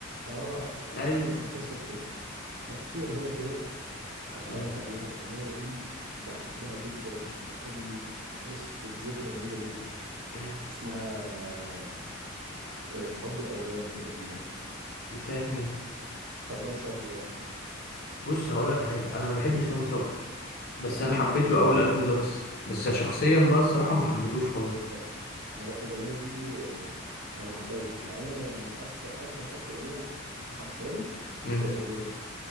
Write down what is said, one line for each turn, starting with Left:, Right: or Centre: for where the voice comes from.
Right: اه كان
Left: ايوه
Right: كان لسه مكسر الدنيا طب في اغنيه كده انا هقول
Left: أمم.
Right: لك عليها الاغنيه دي بحبها جدا وبتفكرني بص بذكرى جميله جدا
Left: آه،
Right: اسمها آه، الحب الاولاني تقريبا
Left: دي بتاعت مين
Right: بتاعت رامي صبري برضه
Left: بص هقول لك حاجة انا ما بحبش رامي صبري بس
Right: امم
Left: انا حبيت له اول ألبوم ده بس بس شخصيا بقى الصراحة ما حبيتهوش خالص
Right: الأغ- ما لا، الاغنيه دي آه، انا بحبها جدا مع ان انا يعني اكتر اكتر اكتر اغنيه يمكن اكون حبيتها له
Left: أمم.
Right: هي الاغنيه دي